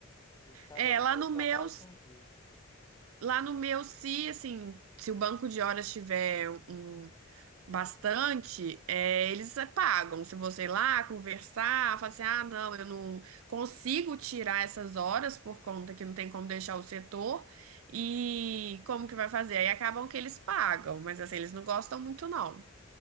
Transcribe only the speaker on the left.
Porque cada,
cada
trabalho
tem um jeito.